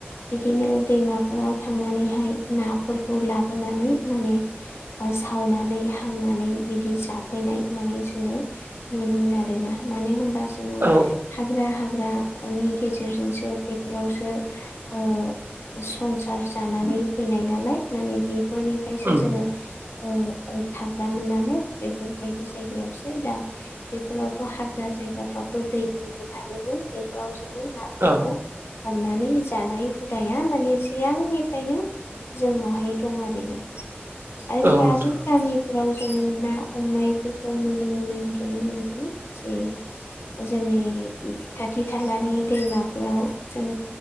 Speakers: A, on the left; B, on the right.
A: बिदिनो दैमाफोराव थांनानैहाय नाफोरखौ लाबोनानै माने सावनानै हांनानै बिदि जाफैनाय माने जोङो नुयोमोन आरो ना मानो होनबा जोङो
B: औ नोंथां उम औ
A: हाग्रा हाग्राानि गेजेरजोंसो बे बेफोरावसो ओ संसार जानानै फैनाय नालाय माने बे फोरफोरनिफ्रायसो
B: उम
A: जोङो ओ थाग्रामोन नालाय बेफोरबायदि जायगायावसो दा बेफोरावथ' हाग्रा जायगाफ्रावथ' दैफोरबो थायोमोन बेफोराव जों नाफोरखौ
B: औ
A: हमनानै जानाय हुदाया माने सिगांनिफ्रायनो जोंनावहाय दं आरोना <inaudible> आरो
B: औ
A: दाबो
B: नोंथां
A: गामिफोराव जोङो ना हमनायफोरखौ नुनो मोनो ओंखाइनो जे जोंनि खाथि खालानि दैमाफोराव उम